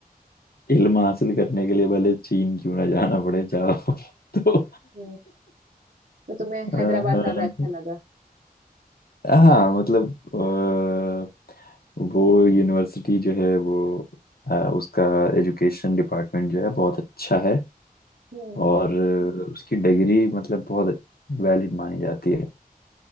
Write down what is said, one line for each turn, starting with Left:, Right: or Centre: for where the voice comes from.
Left: इल्म हासिल करने के लिए भले चीन क्यों ना जाना पड़े जाओ <laughs> तो
Right: हम्म, तो तुम्हें
Left: अ,
Right: हैदराबाद ज्यादा अच्छा लगा
Left: हाँ मतलब अ, वो यूनिवर्सिटी जो है वो अ, उसका एजुकेशन डिपार्टमेंट जो है बहुत अच्छा है
Right: हम्म
Left: और अ, उसकी डिग्री मतलब बहुत वैलिड मानी जाती है